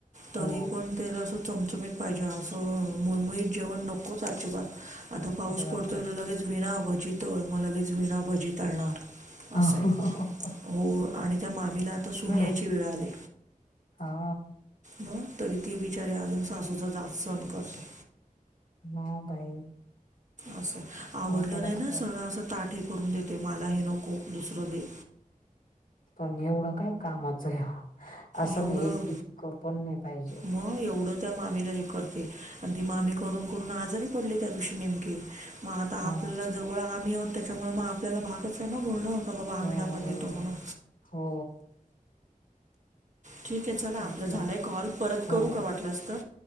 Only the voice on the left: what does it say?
हो
अरे बापरे
अवघड
आहे
हा
हा बाई
अवघड
असतं
पण एवढं काय कामाचं आहे असं
नाही एक इतकं पण नाही पाहिजे.
हा
हो
बरोबर
आहे हो
तेच
ना
हो